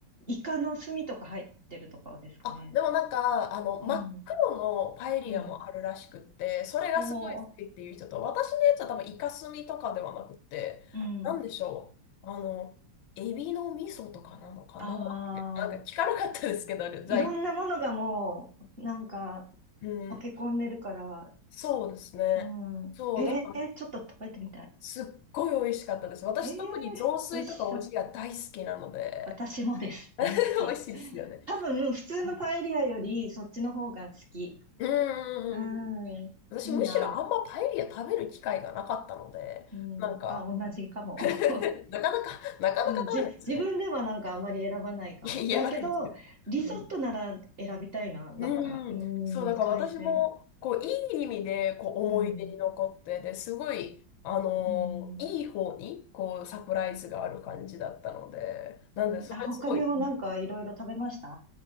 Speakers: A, on the right; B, on the left.
A: イカの墨とか入ってるとかですかね。
B: あ、でもなんか、あの、真っ黒のパエリアもあるらしくって、
A: うん。うん。
B: それがすごい好きっていう人と、
A: おお、
B: 私のやつは多分イカスミとかではなくて、
A: うん。
B: なんでしょう、あの、エビの味噌とかなのかな、
A: ああ、
B: みたいな、なんか聞かなかったですけど、材料。
A: いろんなものがもう、なんか、
B: うん、
A: 溶け込んでるから、
B: そうですね。
A: うん。
B: そう、
A: ええちょっと食べてみたい。
B: だからすっごい美味しかったです。私、
A: ええ美味しそう。
B: 特に雑炊とかおじや大好きなので、
A: 私もです。大好き。
B: <laughs> 美味しいですよね。
A: 多分、普通のパエリアより、
B: うん。
A: そっちの方が好き。
B: うんうんうん
A: うん。
B: 私、
A: いいな。
B: むしろあんまパエリア食べる機会がなかったので、
A: うん、
B: なんか、
A: あ、同じかも。
B: <laughs>
A: <laughs>
B: なかなか、なかなか食べないですよね。
A: うん、じ、自分ではなんかあんまり選ばないかも。
B: いや、やらないんですよ。
A: だけど、リゾットなら選びたいな。
B: うん。
A: なんか、
B: うん。
A: う
B: そう、だから私も、
A: ん、海鮮。
B: こう、いい意味で、こう、思い出に残って、
A: うん、
B: で、すごい、あのーいい方に、
A: うん、
B: こう、サプライズがある感じだったので、なんで、
A: うん。
B: それすごい、
A: あ、他にはなんかいろいろ食べました
B: うん